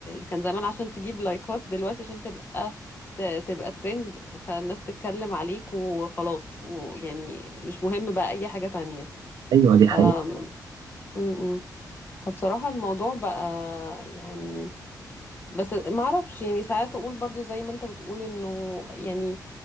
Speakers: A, on the left; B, on the right.
A: كان زمان عشان تجيب لايكات دلوقتي عشان تبقى ت- تبقى ترند فالناس تتكلم عليك وخلاص ويعني مش مهم بقى أي حاجة تانية
B: أيوة دي
A: ف
B: حقيقة
A: م- م. فبصراحة الموضوع بقى يعني بس ما اعرفش يعني ساعات اقول برضو زي ما انت بتقول انه يعني